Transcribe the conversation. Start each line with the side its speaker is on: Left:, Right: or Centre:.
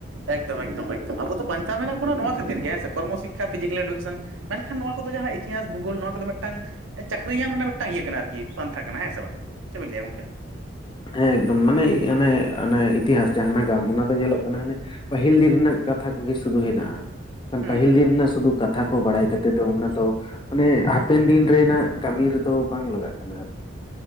Right: ᱮᱠᱫᱚᱢ ᱮᱠᱫᱚᱢ ᱮᱠᱫᱚᱢ ᱾ ᱟᱵᱚ ᱫᱚ ᱵᱟᱧᱪᱟᱣ ᱢᱮᱱᱟᱜ ᱵᱚᱱᱟ ᱱᱚᱣᱟ ᱠᱷᱟᱹᱛᱤᱨ ᱜᱮ ᱦᱮᱸ ᱥᱮ, ᱠᱚᱨᱢᱚ ᱥᱤᱠ ᱷᱟ ᱯᱷᱤᱡᱤᱠᱮᱞ ᱮᱰᱩᱠᱮᱥᱚᱱ, ᱢᱮᱱᱠᱷᱟᱱ ᱱᱚᱣᱟ ᱠᱚᱫᱚ ᱡᱟᱦᱟᱸ ᱤᱛᱤᱦᱟᱥ ᱵᱷᱩᱜᱳᱞ ᱱᱚᱣᱟ ᱠᱚᱫᱚ ᱢᱤᱫᱴᱟᱝ ᱪᱟᱹᱠᱨᱤ ᱧᱟᱢ ᱨᱮᱱᱟᱜ ᱢᱤᱫᱴᱟᱝ ᱤᱭᱟᱹ ᱠᱟᱱᱟ ᱟᱨᱠᱤ ᱯᱟᱱᱛᱷᱟ ᱠᱟᱱᱟ ᱦᱮᱸ ᱥᱮ ᱵᱟᱝ <inaudible> ᱪᱮᱫ ᱵᱤᱱ ᱞᱟᱹᱭᱟ ᱜᱚᱝᱠᱮ ᱾
Left: ᱦᱮᱸ ᱮᱠᱫᱚᱢ ᱾ ᱢᱟᱱᱮ ᱟᱱᱮ ᱟᱱᱮ ᱤᱛᱤᱦᱟᱥ ᱡᱟᱦᱟᱸ ᱱᱟᱜᱟᱢ ᱚᱱᱟ ᱫᱚ ᱧᱮᱞᱚᱜ ᱠᱟᱱᱟ ᱦᱟᱱᱮ ᱯᱟᱹᱦᱤᱞ ᱫᱤᱱ ᱨᱮᱱᱟᱜ ᱠᱟᱛᱷᱟ ᱠᱚᱜᱮ ᱥᱩᱫᱷᱩ ᱦᱮᱱᱟᱜ-ᱟ ᱾ ᱮᱠᱷᱟᱱ
Right: ᱦᱩᱸ
Left: ᱯᱟᱹᱦᱤᱞ
Right: ᱦᱩᱸ
Left: ᱫᱤᱱ
Right: ᱦᱩᱸ
Left: ᱨᱮᱱᱟᱜ ᱥᱩᱫᱷᱩ ᱠᱟᱛᱷᱟ ᱠᱚ ᱵᱟᱲᱟᱭ ᱠᱟᱛᱮ ᱫᱚ ᱚᱱᱟ ᱫᱚ ᱢᱟᱱᱮ ᱦᱟᱯᱮᱱ ᱫᱤᱱ ᱨᱮᱱᱟᱜ ᱠᱟᱹᱢᱤ ᱨᱮᱫᱚ ᱵᱟᱝ ᱞᱟᱜᱟᱜ ᱠᱟᱱᱟ ᱟᱨᱠᱤ ᱾